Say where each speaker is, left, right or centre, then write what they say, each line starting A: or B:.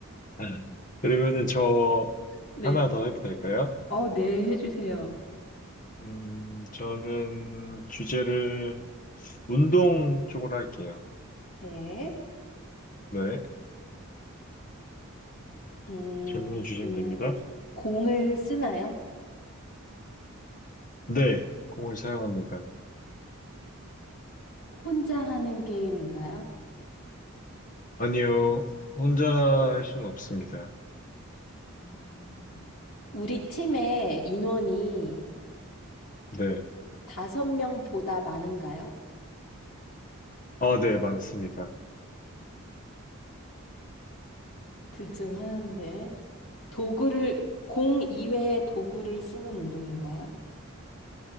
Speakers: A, on the left; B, on the left.
A: 음. 그러면은 저
B: 네.
A: 하나 더 해도 될까요?
B: 어, 네, 해주세요.
A: 음, 저는 주제를 운동 쪽으로 할게요.
B: 네.
A: 네,
B: 음,
A: 질문해 주시면
B: 음,
A: 됩니다.
B: 공을 쓰나요?
A: 네, 공을 사용합니다.
B: 혼자 하는 게임인가요?
A: 아니요, 혼자 할 수는 없습니다.
B: 어, 우리 팀의 인원이
A: 네,
B: 다섯 명보다 많은가요?
A: 아, 네, 많습니다.
B: 들증하는데. 도구를, 공 이외의 도구를 쓰는 운동인가요?